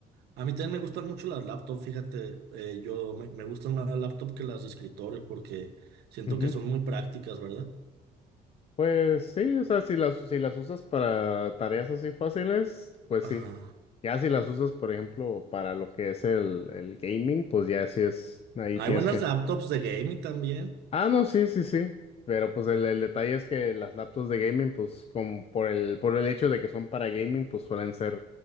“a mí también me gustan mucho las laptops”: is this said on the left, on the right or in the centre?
Right